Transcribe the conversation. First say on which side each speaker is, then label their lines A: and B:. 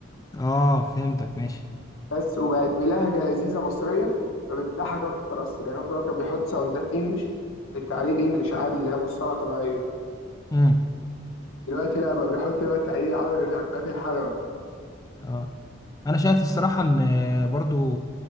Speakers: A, on the left; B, on the left.
A: اه فهمتك ماشي
B: بس وبقت بلهجه لذيذه مصريه فبتضحك اكتر اصلا يعني هو في الأول كان بيحط ساوندات انجلش التعليق الانجليش عادي اللي هي مصطلح طبيعيه
A: امم
B: دلوقتي لا بقى بيحط اللي هو التحليل العربي بتاع قناة الحلبة
A: اه انا شايف الصراحه ان برضو